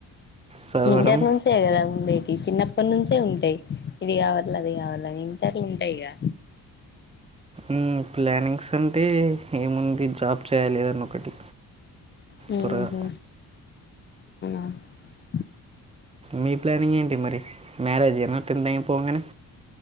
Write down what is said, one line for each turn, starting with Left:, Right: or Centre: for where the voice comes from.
Right: చదవడం
Left: ఇంటర్ నుంచే గదా ఉండే టి చిన్నప్పటి నుంచే ఉంటాయి ఇది కావాల అది కావాల అని ఇంటర్ లుంటాయిగా
Right: మ్మ్. ప్లానింగ్స్ అంటే ఏముంది జాబ్ చేయాలి ఏదన్నా ఒకటి
Left: మ్మ్
Right: త్వరగా
Left: హూ <unintelligible>
Right: మీ ప్లానింగ్ ఏంటి మరి మ్యారేజ్ ఏదైనా టెన్ ఐపోంగానే